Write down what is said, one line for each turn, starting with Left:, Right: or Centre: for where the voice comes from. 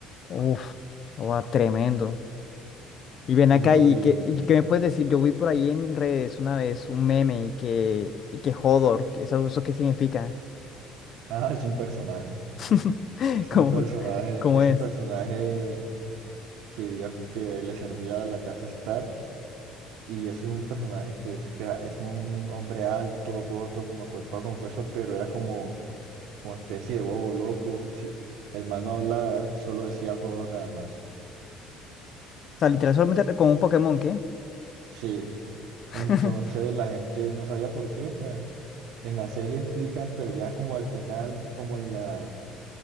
Left: Uf, o ah, tremendo. Y ven
Right: No,
Left: acá, ¿y
Right: y...
Left: qué, y qué
Right: <laughs>
Left: me puedes decir? Yo vi por ahí en redes una vez un meme y que, y que Hodor, que ¿eso, eso qué significa?
Right: Ah, es un personaje.
Left: <laughs>
Right: Es
Left: ¿Cómo,
Right: un personaje,
Left: cómo
Right: es
Left: es?
Right: un personaje
Left: O
Right: que vivía, que le servía a la casa Star y es un personaje que es, gra- es un hombre alto, gordo, como acuerpado con fuerza, pero era como, como especie de bobo loco. sí, el man no hablaba, solo decía joder nada más.
Left: sea, literal, solamente como un Pokémon, ¿qué?
Right: Sí,
Left: <laughs>
Right: entonces la gente no sabía por qué, o sea, en la serie explican, pero ya como al final, como en la,